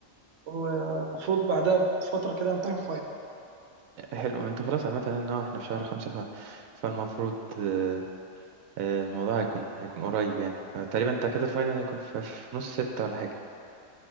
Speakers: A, on the right (about 65°); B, on the right (about 80°).
A: ومفروض بعدها بفتره كده امتحن فاينل
B: حلو انت خلاص عامة ان هو احنا في شهر خمسة ف... فالمفروض آه، آه، الموضوع هيكون هيكون قريب يعني آه، تقريبا انت كده الفاينل هيكون في في نص ستة ولا حاجة